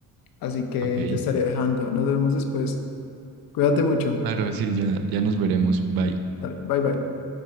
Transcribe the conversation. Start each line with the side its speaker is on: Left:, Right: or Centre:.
Left: así que
Right: Ok,
Left: te estaré dejando. Nos vemos después. Cuídate mucho.
Right: claro, sí, ya, ya nos veremos. Bye.
Left: Dale, bye bye.